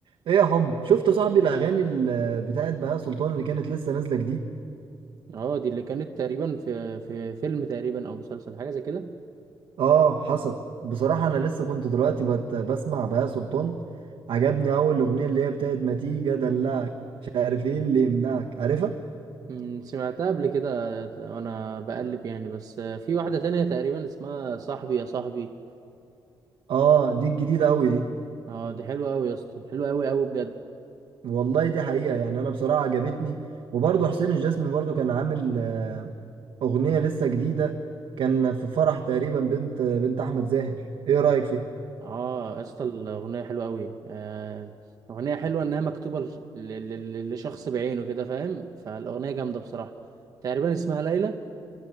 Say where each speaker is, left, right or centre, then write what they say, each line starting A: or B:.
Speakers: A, on the right; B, on the right.
A: ايه يا حب شفت صاحبي الاغاني ال- بتاعت بهاء سلطان اللي كانت لسه نازله جديد
B: اه دي اللي كانت تقريبا في في فيلم تقريبا او مسلسل حاجه زي كده
A: اه حصل بصراحه انا لسه كنت دلوقتي بت بسمع بهاء سلطان عجبني اول اغنيه اللي هي بتاعت ما تيجي ادلعك مش عارف ايه اللي يمنعك عارفها
B: أمم، سمعتها قبل كده وانا بقلب يعني بس آه، في واحده تانية تقريبا اسمها صاحبي يا صاحبي
A: اه دي الجديده قوي دي
B: اه دي حلوه قوي يا اسطى حلوه قوي قوي بجد
A: والله دي حقيقه يعني انا بصراحه عجبتني وبرضه حسين الجسمي برضه كان عامل آه، اغنيه لسه جديده كان في فرح تقريبا بنت بنت احمد زاهر ايه رايك فيها
B: اه يا اسطى الاغنيه حلوه قوي آه اغنيه حلوه انها مكتوبه ل- ل- ل- لشخص بعينه كده فاهم فالاغنيه جامده بصراحه تقريبا اسمها ليلى